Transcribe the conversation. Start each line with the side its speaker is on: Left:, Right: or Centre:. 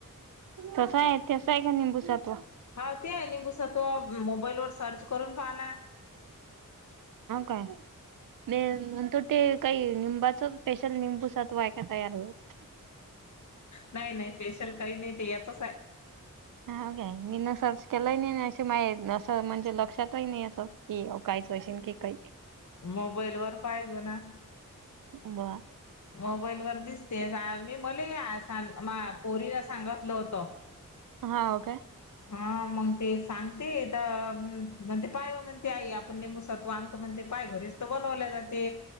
Right: तस आहे तस आहे का निंबू सातवा.
Left: हो ते नघुस तो मोबाईल वर सर्च करून पाहना.
Right: का म. ते काही निंबाच स्पेशल निंबू सात वयका तयार होईल.
Left: नाही नाही स्पेशल काही नाही ते याचच आहे.
Right: हा का मी न सर्च केलं नाही अ मा असं म्हणजे लक्षातही नाही असं. की काहीच वशन की का.
Left: मोबाईल वर पाहिज ना.
Right: ब.
Left: मोबाईल व दिसतेस मी मला या पोरीन सांगितलं होतं.
Right: हा हो का.
Left: हा मग ते सांगते तर म्हणते पाय म्हण. ते आई आपण लिंबू सत्व आणतो म्हणते. काय घरीच तर बनवल्या जाते